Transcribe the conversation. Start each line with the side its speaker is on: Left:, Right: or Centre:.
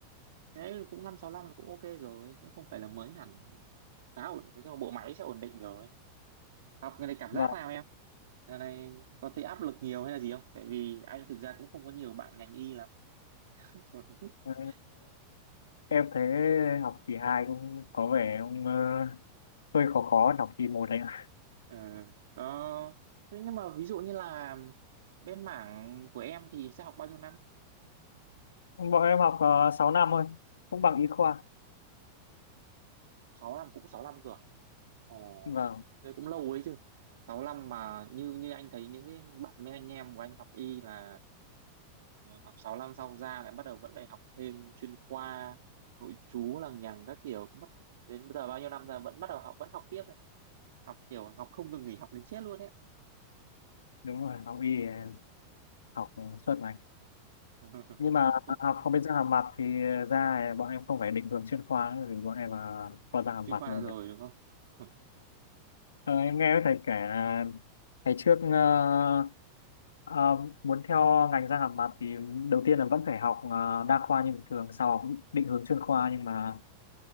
Right: Đấy cũng 565 là cũng ok rồi, cũng không phải là mới hẳn. Khá ổn, thế nhưng mà bộ máy sẽ ổn định rồi. Học cái này cảm
Left: Vâng,
Right: giác nào em? Giờ này có thấy áp lực nhiều hay là gì không? Tại vì anh thực ra cũng không có nhiều bạn ngành y lắm. <laughs>
Left: ờ, em thấy học kỳ 2 cũng có vẻ ông ờ, hơi khó khó học kỳ một đấy ạ.
Right: Ờ, có Thế nhưng mà ví dụ như là bên mảng của em thì sẽ học bao nhiêu năm?
Left: bọn em học uh, 6 năm thôi cũng bằng y khoa
Right: sáu năm cũng 6 năm cơ. à? Ồ,
Left: vâng
Right: thế cũng lâu ấy chứ. sáu năm mà như như anh thấy những cái bạn với anh em của anh học y là Ừ, học 6 năm xong ra lại bắt đầu vẫn phải học thêm chuyên khoa nội trú lằng nhằng các kiểu cũng mất đến bây giờ bao nhiêu năm rồi vẫn bắt đầu học vẫn học tiếp này học kiểu học không ngừng nghỉ học đến chết luôn đấy
Left: đúng rồi học y ờ, học suốt ngày
Right: <laughs>
Left: nhưng mà
Right: Ừ,
Left: học không biết răng hàm mặt thì ra bọn em không phải định hướng chuyên khoa nữa, vì bọn em là khoa răng hàm
Right: chuyên
Left: mặt
Right: khoa
Left: luôn
Right: rồi đúng không <laughs>
Left: Ờ, em nghe thầy kể là ngày trước ờ, ờ, muốn theo ngành răng hàm mặt thì đầu tiên là vẫn phải học ờ, đa khoa như bình thường sau học định hướng chuyên khoa nhưng mà